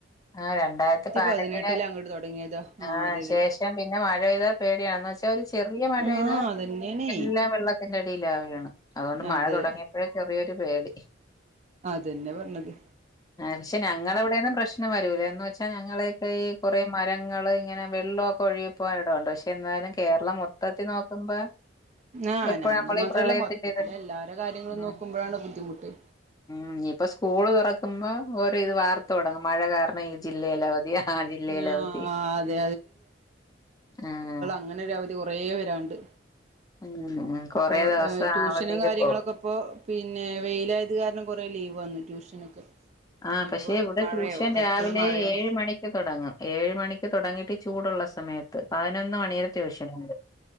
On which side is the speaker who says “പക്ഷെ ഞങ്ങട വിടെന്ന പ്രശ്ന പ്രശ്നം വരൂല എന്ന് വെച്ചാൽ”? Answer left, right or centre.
Left